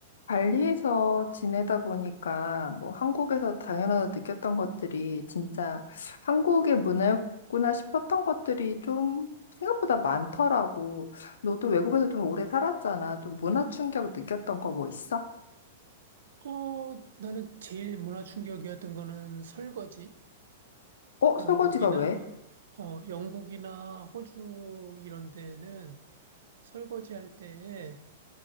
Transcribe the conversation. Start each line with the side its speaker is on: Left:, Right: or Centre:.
Left: 발리에서 지내다 보니까 뭐 한국에서 당연하다 느꼈던 것들이 진짜 한국의 문화였구나 싶었던 것들이 좀 생각보다 많더라고. 너도 외국에서 좀 오래 살았잖아. 좀 문화 충격 느꼈던 거 뭐 있어?
Right: 어, 나는 제일 문화 충격이었던 거는 설거지.
Left: 어, 설거지가
Right: 영국이나,
Left: 왜?
Right: 어, 영국이나 호주 이런 데는 설거지 할 때에